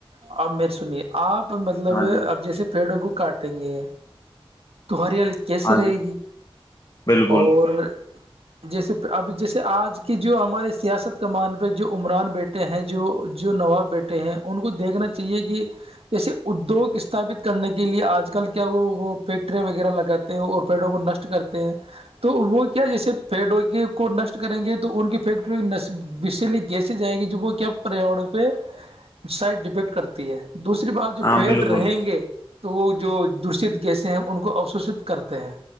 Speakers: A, on the right (about 80°); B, on the left (about 40°).
A: اب میرے سنیے آپ مطلب
B: ہاں جی
A: اب جیسے پیڑوں کو کاٹ کت گے تو ہریال کیسے
B: ہاں
A: رہے
B: جی
A: گی
B: بالکل
A: اور جیسے اب جیسے آج کی جو ہمارے سیاست کمان پہ جو عمران بیٹھے بیے ہیں جو جو نواب بیٹے ہیں ان کو دیکھنا چاہیے کہ جیسے ادیوگ استھاپت کرنے کے لیے آج آج کل کیا وہ وہ فیکٹریاں وغیرہ لگاتے ہیں اور پیڑوں کو نشٹ کرتے ہیں تو وہ کیا جیسے پیڈو کے کو نشٹ کریں گے تو ان کی فیکٹری بشلی گیس جائے گی جو وہ کیا پریاور پہ سائڈ ڈیپینڈ کرتی ہے دوسری بات جو
B: ہاں
A: پیڑ
B: بالکل
A: رہیں گے تو وہ جو دشت گیسے ہیں ان کو اشوشت کرتے ہیں